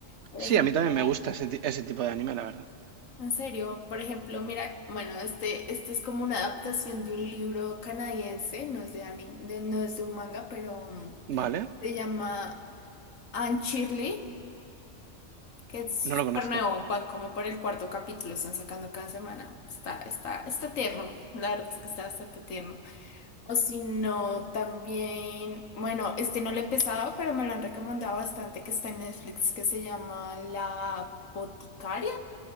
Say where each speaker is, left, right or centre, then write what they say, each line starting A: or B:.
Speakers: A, on the left (about 80°); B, on the right (about 65°).
A: Por ejemplo,
B: Sí, a mí también me gusta ese, ti- ese tipo de anime, la verdad.
A: en serio, por ejemplo, mira, bueno, este, este es como una adaptación de un libro canadiense, no es de anime, de- no es de un manga, pero mm,
B: Vale,
A: se llama Anne Shirley, que es súper
B: no lo conozco,
A: nuevo, van como por el cuarto capítulo, están sacando cada semana. Está, está, está tierno, la verdad es que está bastante tierno. O si no, también, bueno, este no lo he empezado, pero me lo han recomendado bastante, que está en Netflix, que se llama La Boticaria,